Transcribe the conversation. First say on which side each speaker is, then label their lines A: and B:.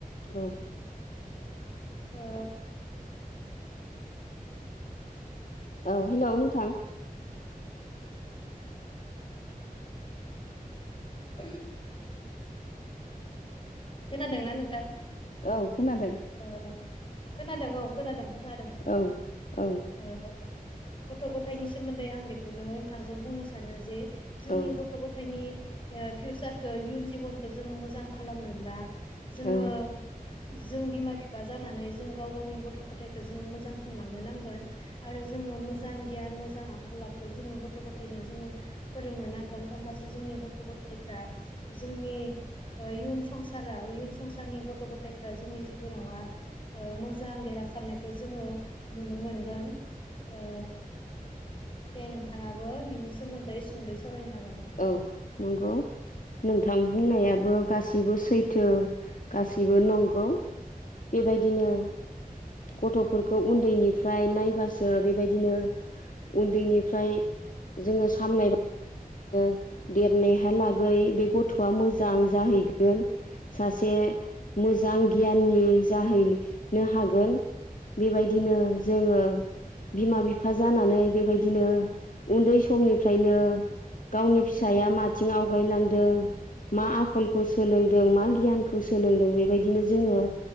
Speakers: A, on the left; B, on the left.
A: औ
B: ओ
A: औ हेलौ नोंथां।
B: <unintelligible> खोनादोंना नोंथां।
A: औ खोनादों।
B: ओ खोनादों औ खोनादों खोनादों
A: औ औ
B: ओ ओब गथ' गथायनि सोमोन्दै आं बेखौनो थाजों बुंनो सानो जे जोंनि
A: औ
B: गथ' गथायनि फिउसारखौ इयुन जिबनखौ जोङो मोजां खालामनोब्ला जोङो
A: औ औ औ
B: जों बिमा फिफा जानानै जों गाव गावनि गथ' गथायखो जोङो मोजांथिं लांनो नांगोन। आरो जोङो मोजां गियान मोजां आखल आखु जोङो गथ' गथायनो जोङो फोरोंनो नांगोन। अब्लासो जोंनि गथ' गथफ्रा जोंनि ओ इउस संसारा इयुन संसारनि गथ' गथायफ्रा जोंनि जिबनावहा ओ मोजां देरहासारनायखौ जोङो नुनो मोनगोन ओ दे नोंथाङाबो बिनि सोमोन्दै सुंदै सावरायनो हागोन।
A: औ नंगौ। नोंथां बुंनायाबो गासिबो सैथो गासैबो नंगौ। बेबायदिनो गथ'फोरखौ उन्दैनिफ्राय नायबासो बेबायदिनो उन्दैनिफ्राय जोङो सामलायबा ओ देरनाय हालागै बे गथ'आ मोजां जाहैगोन सासे मोजां गियाननि जाहैनो हागोन। बेबायदिनो जोङो बिमा बिफा जानानै बेबायदिनो उन्दै समनिफ्रायनो गावनि फिसाया
B: उम
A: माथिं आवगायलांदों मा आखलखौ सोलोंदों मा गियानखौ सोलोंदों बेबायदिनो जोङो